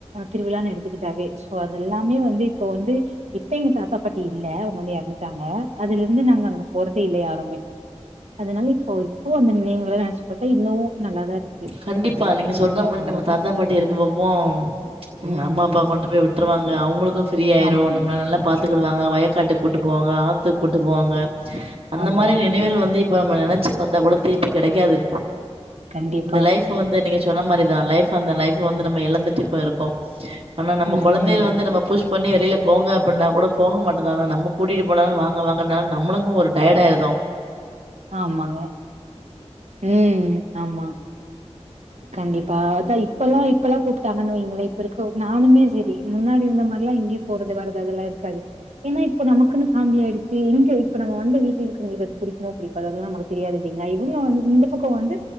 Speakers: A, on the right; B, on the right.
A: திருவிழான்னு எடுத்துக்கிட்டாவே சோ அது எல்லாமே வந்து இப்போ வந்து இப்ப எங்க தாத்தா பாட்டி இல்ல அவங்க வந்து எறந்துட்டாங்க அதுல இருந்து நாங்க அங்க போறதே இல்ல யாருமே அதனால இப்போ இப்போ அந்த நினைவுகள நெனச்சு பாத்தா இன்னு நல்லாதா இருக்கு
B: கண்டிப்பா
A: அதெல்லா
B: நீங்க
A: யோசிச்சு
B: சொல்ற
A: பாக்கும்போது
B: மாரி நம்ம தாத்தா பாட்டி
A: ம்
B: இருக்கு போப்போம்
A: ம்
B: அம்மா அப்பா கொண்டு போயி விட்டுருவாங்க அவங்களுக்கு ஃப்ரீயிரு
A: ஆமா
B: நம்மள நல்லா பாத்துக்கிடுவாங்க வயக்காட்டு கூப்பிட்டு போவாங்க ஆத்து கூட்டு போவாங்க அந்த
A: ஆமா
B: மாரி நினைவுகள் வந்து இப்ப நம் நெனச்சி பாத்தா கூட திருப்பி கெடைக்காது
A: கண்டிப்பா
B: இந்த லைஃப் வந்து நீங்க சொன்ன மாரிதா லைஃப் அந்த லைஃப் வந்து நம்ம எழந்துட்டு இப்போ இருக்கோ ஆனா நம்ம
A: ம்
B: கொழந்தைகள
A: ம்
B: வந்து நம்ம புஷ் பண்ணி வெளில போங்க அப்பிட்னா கூட போக மாட்டுக்காங்க நம்ம கூட்டிட்டு போனாலு வாங்க வாங்கனாலு நம்மளுக்கு ஒரு டயட் ஆயிர்தோ
A: ஆமாங்க ம் ஆமா கண்டிப்பா அதா இப்பெல்லா இப்பெல்லா கூப்ட்டாங்கன் வெய்ங்களே இப்ப இருக்க நானுமே செரி முன்னாடி இர்ந்த மாரிலா இங்கயு போறது வரது அதெல்லா இருக்காது ஏனா இப்ப நமக்குனு ஃபேமிலி ஆய்டுச்சு எங்க இப்ப நம்ம வந்து வீட்ல இருக்றவுங்களுக்கு அது புடிக்குமோ புடிக்காதோ அதுல்லா நமக்கு தெரியாது இல்லீங்களா இவுங்க வந் இந்த பக்கோ வந்து